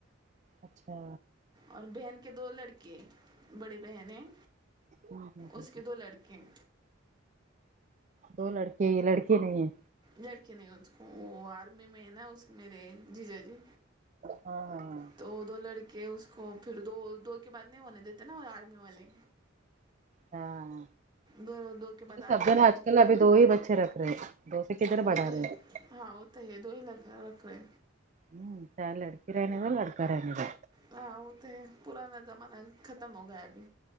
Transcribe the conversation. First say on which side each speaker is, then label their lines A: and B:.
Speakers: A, on the right; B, on the right.
A: اچھا
B: اور بہن کے دو لڑکے بڑی بہن ہیں
A: ہوں ہ ہ
B: اس کے دو لڑکی کہم
A: دو لڑکے ہی لڑکے نہیں ہیں
B: لڑکے نہیں اس کو وہ آرمی میں ہے نا اس میرے جی جا جی
A: ہاں ہاں ہاں
B: تو دو لڑکے اس کو پھر دو دو کے بعد نہیں ہونے دیتے نا آرمی والے
A: ہاں
B: دو دو کے بعد الاؤڈ
A: سب دن
B: نہیں
A: آج کل ابھی دو ہی بچے رکھ رہے ہیں دو سے کدھر
B: وہ
A: بڑھا
B: تو
A: رہے
B: ہے
A: ہیں
B: ہاں ہو تو ہے دو ہی لکھ <unintelligible> رکھوے
A: ہوں چاہے لڑکی رہنے دو یا لڑکا رہنے دو
B: ہاں وہ تو ہے پرانا زمانہ ختم ہو گیا ابھی